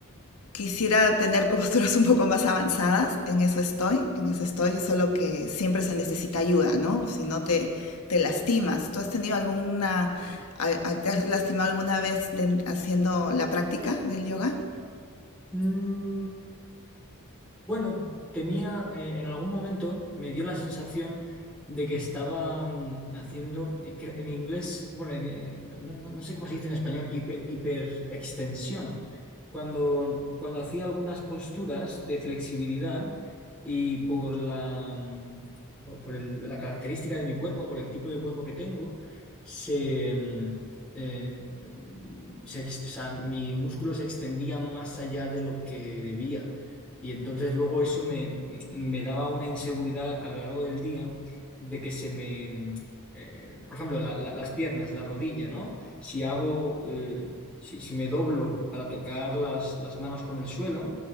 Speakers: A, on the left; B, in the centre.
A: Quisiera tener <laughs> posturas un poco más avanzadas, en eso estoy, en eso estoy, solo que siempre se necesita ayuda, ¿no? Si no te, te lastimas. ¿Tú has tenido alguna, a- a- te has lastimado alguna vez de- haciendo la práctica del yoga?
B: Mm, Bueno, tenía, eh, en algún momento me dio la sensación de que estaba mm, haciendo, eh, cre- en inglés, bueno, en, eh, no, no- no sé cómo se dice en español, hiper, hiperextensión. Cuando, cuando hacía algunas posturas de flexibilidad y por la, mm, por, por el- la característica de mi cuerpo, por el tipo de cuerpo que tengo, se, mm, eh, mm, se ex- o sea, mi músculo se extendía más allá de lo que debía. Y entonces luego eso me, me daba una inseguridad a lo largo del día de que se me, mm, eh, por ejemplo, la- la- las piernas, la rodilla, ¿no? Si hago, eh, si, si me doblo para tocar las, las manos con el suelo